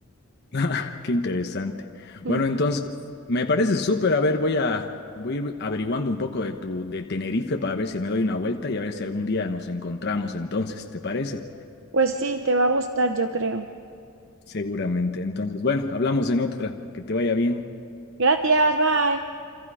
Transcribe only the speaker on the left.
Ah, Qué interesante.
Bueno, entonces, me parece súper. A ver, voy a, voy a ir averiguando un poco de tu, de Tenerife para ver si me doy una vuelta y a ver si algún día nos encontramos. Entonces, ¿te parece?
Seguramente. Entonces, bueno, hablamos en otra. Que te vaya bien.